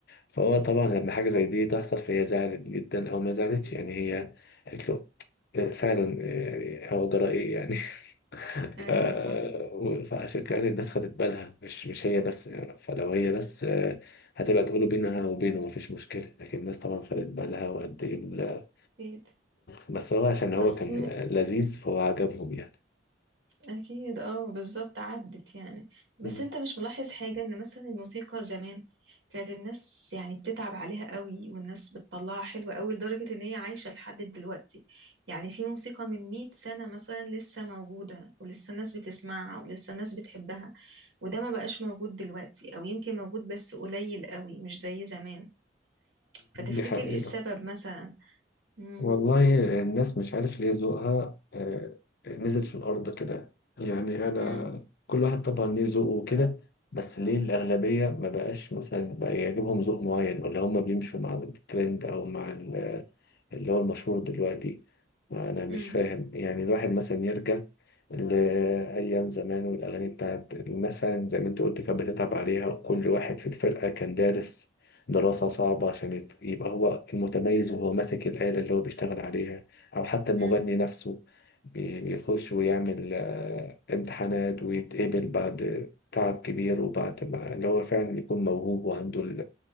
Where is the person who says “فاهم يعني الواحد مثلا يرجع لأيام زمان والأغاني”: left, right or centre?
Left